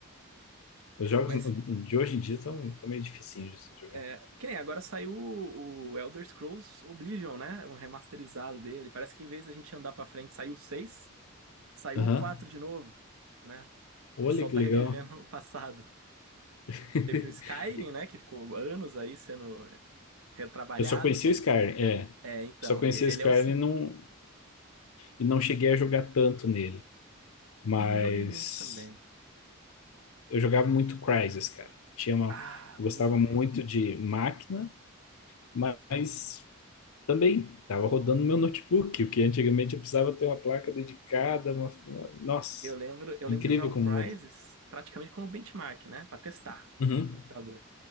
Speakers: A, on the left; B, on the right.
A: Os jogos
B: Mas,
A: de hoje em dia são, são meio dificinhos de se jogar.
B: é, que nem agora saiu o, o Elder Scrolls Oblivion, né? Um remasterizado dele. Parece que em vez da gente andar pra frente, saiu o 6, saiu
A: Aham.
B: o 4 de novo, né?
A: Olha
B: O pessoal
A: que
B: tá
A: legal.
B: <laughs> revivendo o passado.
A: <laughs>
B: Teve o Skyrim, né? Que ficou anos aí sendo retrabalhado.
A: Eu só conheci o Skyrim, é. Eu
B: É, então,
A: só conheci
B: e ele
A: o Skyrim
B: é o cinco
A: e não, e não cheguei a jogar tanto nele. Mas
B: Eu não joguei muito também.
A: eu jogava muito Crysis, cara. Eu tinha uma,
B: Ah,
A: eu gostava
B: muito maneiro.
A: muito de máquina, mas também tava rodando no meu notebook, o que antigamente eu precisava ter uma placa dedicada, uma, uma- nossa,
B: Eu lembro, eu
A: é
B: lembro
A: incrível
B: de usar o
A: como
B: Crysis
A: muda.
B: praticamente como benchmark, né? Pra testar
A: Uhum.
B: o computador.